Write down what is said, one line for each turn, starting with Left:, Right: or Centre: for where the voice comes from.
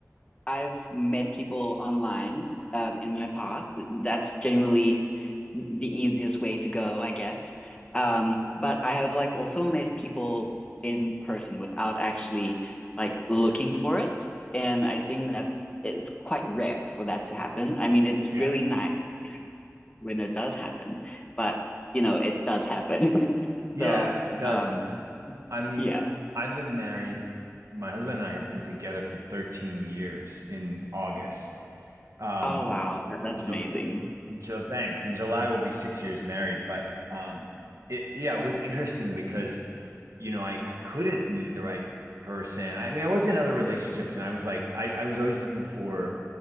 Left: I've met people online um, in my past. That's generally the easiest way to go, I guess. Um, but I have like also met people in person without actually like looking for it. And
Right: Hmm.
Left: I think that's it's quite rare for that to happen. I mean, it's
Right: Yeah.
Left: really nice when it does happen, but you know, it does happen. <laughs>
Right: Yeah,
Left: So,
Right: it does
Left: um,
Right: I mean,
Left: yeah.
Right: I've been married. My husband and I have been together for 13 years in August. Um,
Left: Oh wow, that, that's
Right: Ju-
Left: amazing.
Right: Ju- thanks. In July, we'll be six years married. But um, it, yeah, it was interesting because, you know, I, I couldn't meet the right person. I mean, I was in other relationships and I was like, I, I was always looking for